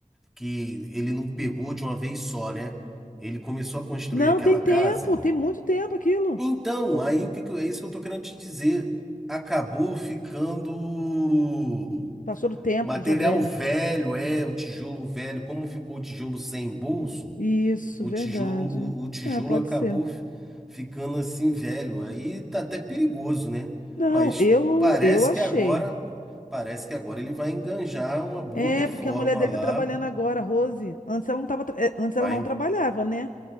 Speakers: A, in the centre; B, on the left (about 80°).
A: que ele não pegou de uma vez só, né? Ele começou a construir
B: Não,
A: aquela
B: tem
A: casa.
B: tempo, tem muito tempo aquilo.
A: Então, aí o que que eu- é isso que eu tô querendo te dizer. Acabou ficando
B: Passou do tempo,
A: material
B: já velho.
A: velho, é, o tijolo velho. Como ficou o tijolo sem bolso,
B: Isso,
A: o
B: verdade.
A: tijolo, o, o tijolo
B: É, pode
A: acabou
B: ser.
A: f- ficando assim velho. Aí tá até perigoso, né?
B: Não,
A: Mas
B: eu
A: parece
B: eu achei.
A: que agora, parece que agora ele vai enganjar uma boa
B: É,
A: reforma
B: porque a mulher dele
A: lá.
B: tá trabalhando agora, a Rose. Antes ela não tava, tra- é, antes ela
A: Vai,
B: não
A: en-
B: trabalhava, né?